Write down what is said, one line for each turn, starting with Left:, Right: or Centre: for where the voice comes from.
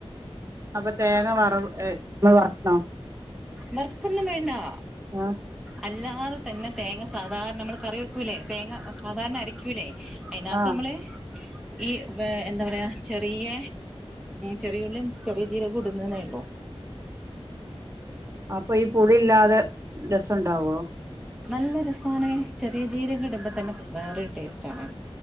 Right: അപ്പൊ തേങ്ങ വറവ് വറക്കണോ
Centre: വർക്കൊന്നും വേണ്ടാ
Right: ആഹ്
Centre: അല്ലാതെ തന്നെ തേങ്ങ സാധാരണ നമ്മള് കറി വെക്കൂലേ തേങ്ങ സാധാരണ അരക്കൂലേ അയ്നാത്
Right: ആഹ്
Centre: നമ്മള് ഈ വേ എന്താ പറയാ ചെറിയ്യ ചെറിയുള്ളീം, ചെറിയ ജീരകം ഇടുന്നെ ഉള്ളൂ
Right: അപ്പൊ ഈ പുളി ഇല്ലാതെ രസ ഉണ്ടാവോ
Centre: നല്ല രസാണ് ചെറിയ ജീരക ഇട്മ്പോ തന്നെ വേറൊരു ടേസ്റ്റ് ആണ്